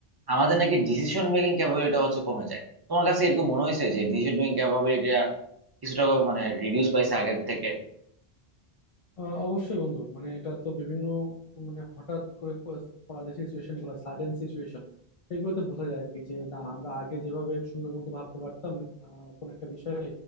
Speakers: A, on the right; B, on the left.
A: আমাদের নাকি ডিসিশন মেকিং ক্যাপাবিলিটিটা হচ্ছে কমে যায় তোমার কাছে এরকম মনে হয়েছে যে ডিসিশন মেকিং ক্যাপাবিলিটিটা কিছুটা মানে রিডিউস পাইছে আগের থেকে
B: আহ, অবশ্যই বন্ধু মানে এটা তো বিভিন্ন মানে হঠাৎ করে প- পড়া যে সিচুয়েশন গুলো সাডেন সিচুয়েশন সেগুলোতে বোঝা যায় আর কি যে না আমরা আগে যেভাবে সুন্দর মতো ভাবতে পারতাম আহ, কোনো একটা বিষয়ে